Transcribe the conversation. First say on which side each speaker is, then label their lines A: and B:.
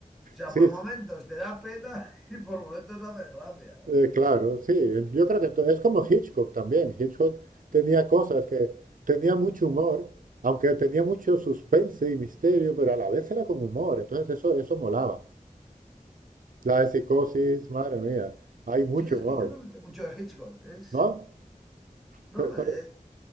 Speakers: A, in the centre; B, on the right.
A: O sea,
B: Sí,
A: por
B: sí,
A: momentos te da pena <laughs> y por momentos hace gracia.
B: eh, claro, sí. Yo creo que entonces es como Hitchcock también. Hitchcock tenía cosas que... Tenía mucho humor, aunque tenía mucho suspense y misterio, pero a la vez era con humor. Entonces eso, eso molaba. La de psicosis, madre mía, hay mucho
A: Sí, es
B: humor,
A: que yo no he visto mucho de Hitchcock, es...
B: ¿no?
A: No,
B: Pe- pero-
A: eh,